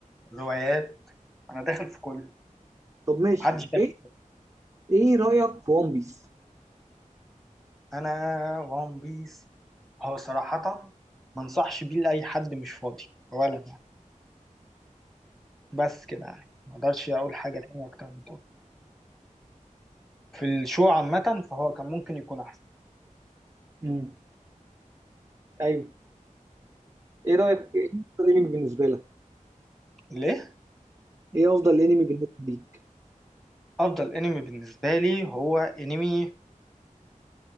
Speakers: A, in the centre; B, on the right.
A: روايات انا داخل في كله
B: طب ماشي
A: محدش داخل
B: ايه ايه رأيك في ون بيس
A: انا وان بيس هو صراحة ما انصحش بيه لاي حد مش فاضي اولا يعني بس كده يعني ما اقدرش اقول حاجة تانية اكتر من كده في الشو عامة فهو كان ممكن يكون احسن
B: امم ايوه ايه رأيك ايه افضل انمي بالنسبة لك
A: ليه
B: ايه افضل انمي بالنسبة لي
A: افضل انمي بالنسبة لي هو انمي